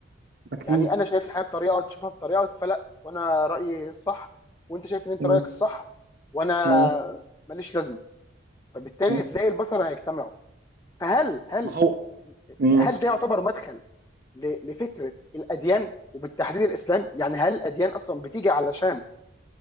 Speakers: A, on the right; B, on the left.
A: اكيد
B: يعني انا شايف الحياه بطريقه وانت شايفها بطريقه فلا وانا رايي الصح وانت شايف ان انت
A: مم.
B: رايك الصح وانا
A: مم.
B: ماليش لازمه فبالتالي
A: مم.
B: ازاي البشر هيجتمعوا فهل هل
A: ما هو مم.
B: هل ده يعتبر مدخل ل- لفكره الاديان وبالتحديد الاسلام يعني هل الاديان اصلا بتيجي علشان